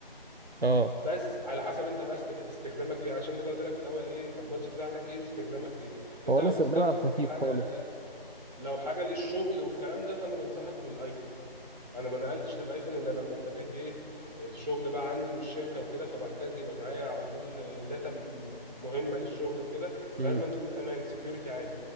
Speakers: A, on the right; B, on the right.
A: اه
B: بس على حسب انت بقى است- استخدامك ايه عشان كده قلت لك في الاول ايه انت البادجت بتاعتك ايه واستخدامك ايه انت
A: هو انا
B: لو
A: استخدامي
B: بتستخدم
A: على الخفيف
B: في حاجه
A: خالص
B: لو حاجه للشغل والكلام ده فانا بنصحك بالايفون انا ما نقلتش للايفون الا لما ابتديت ايه الشغل بقى عندي والشركه وكده فبحتاج يبقى معايا على طول داتا مهمه للشغل وكده
A: امم
B: فلازم تكون امان سكيورتي عالي